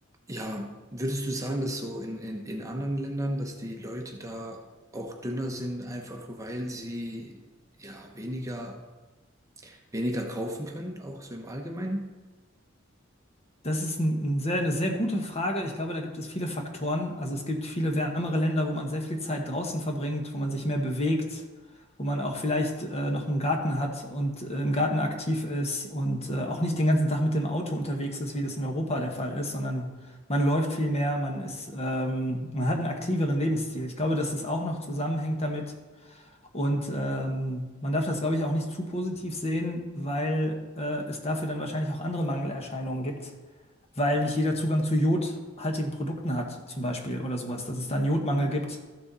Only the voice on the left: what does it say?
Das ist ein, ein sehr, eine sehr gute Frage. Ich glaube, da gibt es viele Faktoren. Also es gibt viele wärmere Länder, wo man sehr viel Zeit draußen verbringt, wo man sich mehr bewegt, wo man auch vielleicht äh, noch einen Garten hat und äh, im Garten aktiv ist und äh, auch nicht den ganzen Tag mit dem Auto unterwegs ist, wie das in Europa der Fall ist, sondern man läuft viel mehr, man ist, ähm, man hat einen aktiveren Lebensstil. Ich glaube, dass es auch noch zusammenhängt damit. Und ähm, man darf das, glaube ich, auch nicht zu positiv sehen, weil äh, es dafür dann wahrscheinlich auch andere Mangelerscheinungen gibt weil nicht jeder Zugang zu jodhaltigen Produkten hat, zum Beispiel oder sowas, dass es da einen Jodmangel gibt.